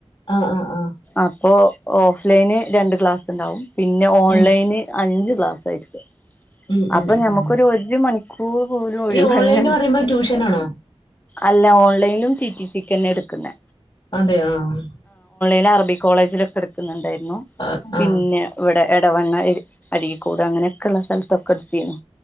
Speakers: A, on the left (about 45°); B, on the left (about 15°).
A: ആഹ് ആഹ് ആഹ്
B: അപ്പോഓഫ്‌ ലൈന് രണ്ട് ക്ലാസ്സ്‌ണ്ടാവും പിന്നെ ഓൺലൈന്
A: ഉം
B: അഞ്ച് ക്ലാസായിരിക്ക
A: ഉം
B: അപ്പ
A: ഉം ഉം
B: ഞമ്മക്കൊരു ഒരു മണിക്കൂർ പോലും ഒഴിവന്നെ
A: ഈ ഓൺലൈന് പറയുമ്പോ ട്യൂഷനാണോ
B: അല്ല ഓൺലൈലും റ്റി റ്റി സിക്കന്നെ എട്ക്ക്ന്നെ
A: അതെയാഹ്
B: ലറബി കോളേജിലൊക്കെ എട്ക്ക്ന്ന്ണ്ടായിനി
A: ആഹ്
B: പിന്നെ
A: ആഹ്
B: വടെ എടവണ്ണ എട് അരീക്കോട് അങ്ങനെക്കള്ള സ്ഥൽ തക്കട്ത്തിനു